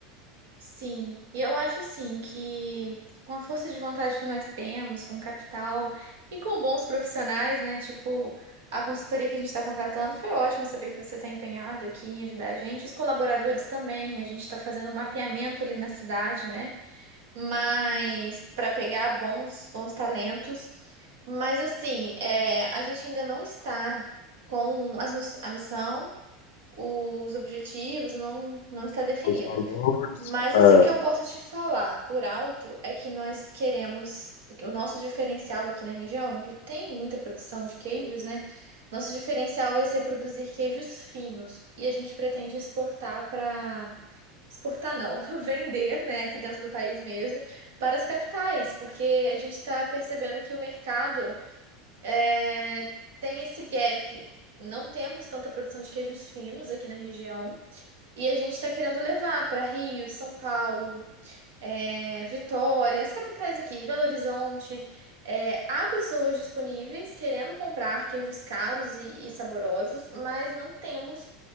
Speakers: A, on the right (about 80°); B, on the left (about 80°).
A: Sim, e eu acho assim que com a força de vontade que nós temos, com capital e com bons profissionais, né? Tipo, a consultoria que a gente está contratando, foi ótimo saber que você está empenhado aqui em ajudar a gente. Os colaboradores também, a gente está fazendo um mapeamento ali na cidade, né? Mas para pegar bons, bons talentos. Mas assim, é, a gente ainda não está com as miss- a missão, os objetivos, não, não está definido.
B: Os valores.
A: Mas
B: É,
A: assim, o que eu posso te falar por alto é que nós queremos o nosso diferencial aqui na região, que tem muita produção de queijos, né? Nosso diferencial vai ser produzir queijos finos e a gente pretende exportar para exportar não, <laughs> vender, né, aqui dentro do país mesmo, para as capitais, porque a gente está percebendo que o mercado é, tem esse gap. Não temos tanta produção de queijos finos aqui na região. E a gente está querendo levar para Rio, São Paulo, é, Vitória, as capitais aqui, Belo Horizonte, é, há pessoas disponíveis querendo comprar queijos caros e, e saborosos, mas não temos